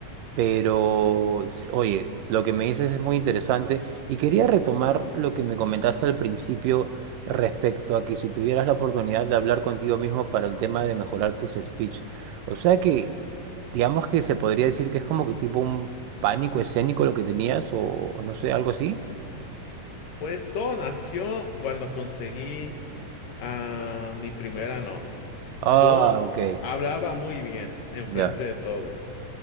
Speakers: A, on the right (about 85°); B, on the left (about 80°).
A: Pero, s- oye, lo que me dices es muy interesante y quería retomar lo que me comentaste al principio respecto a que si tuvieras la oportunidad de hablar contigo mismo para el tema de mejorar tus speech. O sea que, digamos que se podría decir que es como que tipo un pánico escénico lo que tenías o, o no sé, algo así.
B: Pues todo nació cuando conseguí a mi primera novia.
A: Ah,
B: Yo
A: ok,
B: hablaba muy bien enfrente
A: ya,
B: de todos.